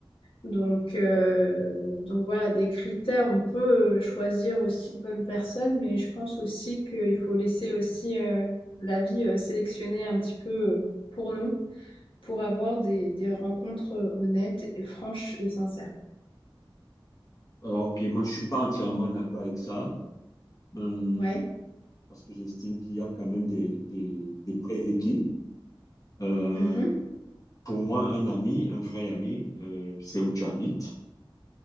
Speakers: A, on the left; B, on the left.
A: Donc, euh, donc voilà, des critères, on peut euh, choisir aussi de bonnes personnes, mais je pense aussi qu'il faut laisser aussi euh, la vie euh, sélectionner un petit peu euh, pour nous, pour avoir des, des rencontres euh, honnêtes et franches et sincères.
B: ok, moi je suis pas entièrement d'accord avec ça, euh,
A: Ouais.
B: parce que j'estime qu'il y a quand même des, des, des prérequis. Euh,
A: Mhm.
B: pour moi, un ami, un vrai ami, euh, c'est où tu habites.